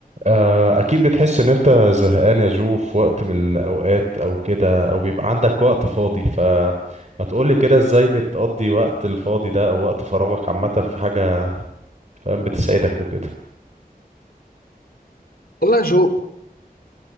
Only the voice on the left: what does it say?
والله يا جو